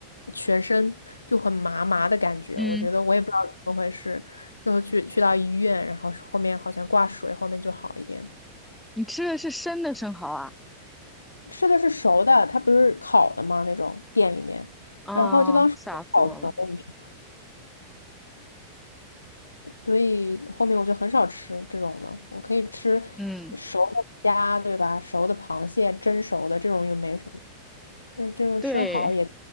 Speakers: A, on the left; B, in the centre.
A: 全身就很麻麻的感觉，
B: 嗯，
A: 我觉得我也不知道怎么回事，最后去去到医院，然后后面好像挂水，后面就好一点。
B: 你吃的是生的生蚝啊？
A: 吃的是熟的，它不是烤的吗？那种店里面，
B: 啊，
A: 然后就当是没烤熟你知道吗，
B: 吓死我了。
A: 所以后面我就很少吃这种了。我可以吃
B: 嗯，
A: 熟的虾，对吧？熟的螃蟹，蒸熟的这种又没什么，就是就是生蚝也
B: 对。